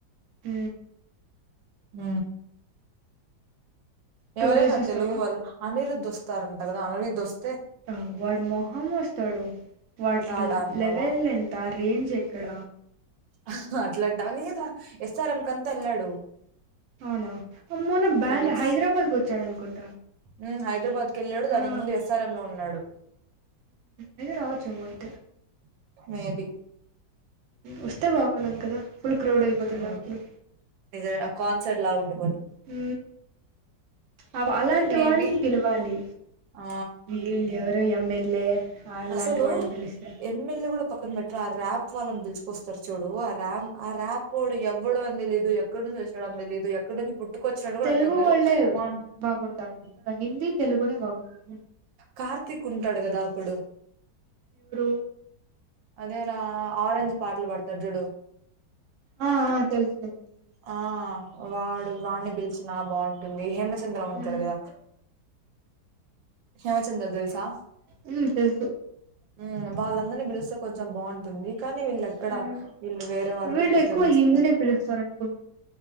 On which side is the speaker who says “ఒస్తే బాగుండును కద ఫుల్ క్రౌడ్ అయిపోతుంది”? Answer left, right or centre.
Right